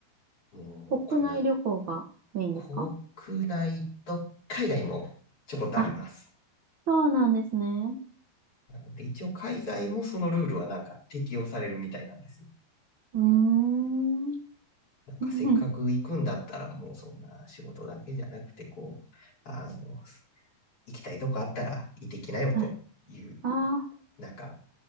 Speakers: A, on the left (about 35°); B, on the right (about 45°).
A: もう、
B: 国内旅行がメインですか
A: こんな国内と海外もちょこっとあります。
B: あ、そうなんですね。
A: なので一応海外もそのルールはなんか適用されるみたいなんです。
B: うーん。
A: なんかせっかく行くんだったらもうそんな仕事だけじゃなくてこう、
B: <laughs>
A: あの、行きたいとこあったら行ってきなよという
B: はい。ああ、
A: なんか